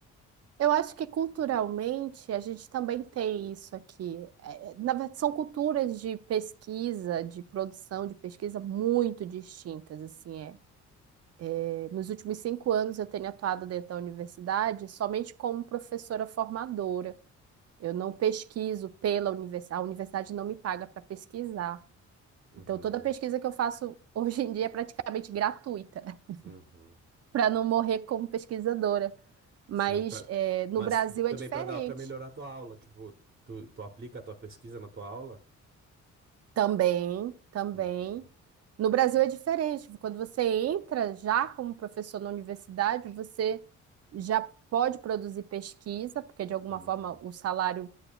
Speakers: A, on the right; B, on the right.
A: Eu acho que culturalmente a gente também tem isso aqui. É, é, na verdade, são culturas de pesquisa, de produção de pesquisa muito distintas, assim, é. É, Nos últimos cinco anos eu tenho atuado dentro da universidade somente como professora formadora. Eu não pesquiso pela universidade, a universidade não me paga para pesquisar.
B: Uhum,
A: Então, toda pesquisa que eu faço <laughs> hoje em dia é praticamente gratuita, <laughs>
B: uhum.
A: para não morrer como pesquisadora. Mas
B: Sim, pra...
A: é, no
B: Mas
A: Brasil
B: t-
A: é
B: também
A: diferente.
B: pra dar para melhorar a tua aula, tipo, tu, tu aplica a tua pesquisa na tua aula?
A: Também, também.
B: Uhum,
A: No Brasil é diferente. Quando você entra já como professor na universidade, você já pode produzir pesquisa, porque de alguma
B: uhum,
A: forma o salário